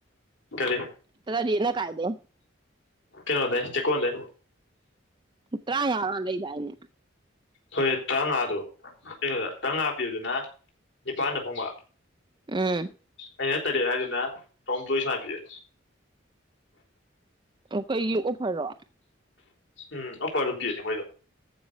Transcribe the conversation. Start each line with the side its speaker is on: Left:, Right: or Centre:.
Left: ꯀꯔꯤ
Right: ꯇꯗꯖꯦꯅ ꯀꯥꯏꯗꯦ
Left: ꯀꯩꯅꯣꯗꯦ ꯆꯀꯣꯗꯦ
Right: ꯇꯥ ꯋꯥ ꯂ ꯂꯩꯗꯥꯅꯦ
Left: ꯍꯣꯏ ꯇꯔꯥꯃꯉꯥꯗꯣ ꯀꯩꯅꯣꯗ ꯇꯔꯥꯃꯉꯥ ꯄꯤꯕꯗꯨꯅ ꯅꯤꯄꯥꯜꯗ ꯐꯪꯕ
Right: ꯑꯝ
Left: ꯑꯩꯅ ꯇꯔꯦꯠ ꯍꯥꯏꯗꯨꯗꯅ ꯇꯣꯝ ꯇꯣꯏ ꯁꯨꯃꯥꯏ ꯄꯌꯨ
Right: ꯑꯣ ꯀꯩ ꯌꯦꯎꯐꯔꯣ
Left: ꯎꯝ ꯑꯣꯄ ꯑꯗꯨ ꯄꯤꯅꯦ ꯃꯣꯏꯗꯣ